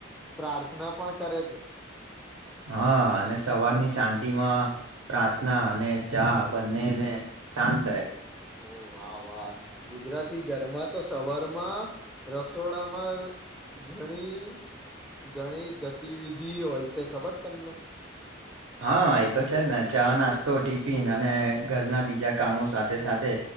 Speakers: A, in the centre; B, on the right.
A: પ્રાર્થના પણ કરે છે
B: હા અને સવારની શાંતિમાં પ્રાર્થના અને ચા, બંનેને શાંત કરે.
A: ઓહ વાહ વાહ ગુજરાતી ઘરમાં, તો સવારમાં રસોડામાં ઘણી ઘણી ગતિવિધિ હોય છે ખબર તમને.
B: હા એતો છે જ ને ચા નાસ્તો ટિફિન અને ઘરના બીજા કામો સાથે સાથે